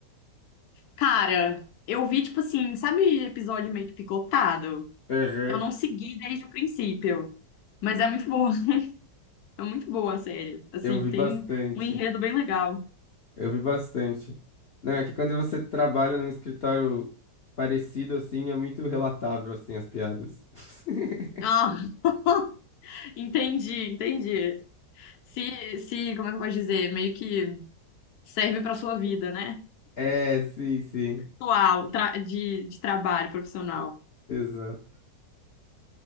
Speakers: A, on the left; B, on the left.
A: Cara, eu vi, tipo assim, sabe episódio meio que picotado?
B: Aham.
A: Eu não segui desde o princípio. Mas é muito bom. É muito boa a série. Assim,
B: Eu vi
A: tem
B: bastante.
A: um enredo bem legal.
B: Eu vi bastante. Não, é que quando você trabalha num escritório parecido, assim, é muito relatável, assim, as piadas. <laughs>
A: Ah, <laughs> entendi, entendi. Se, se, como é que eu posso dizer? Meio que serve para sua vida, né?
B: É, sim, sim.
A: Atual, tra- de, de trabalho profissional.
B: Exato.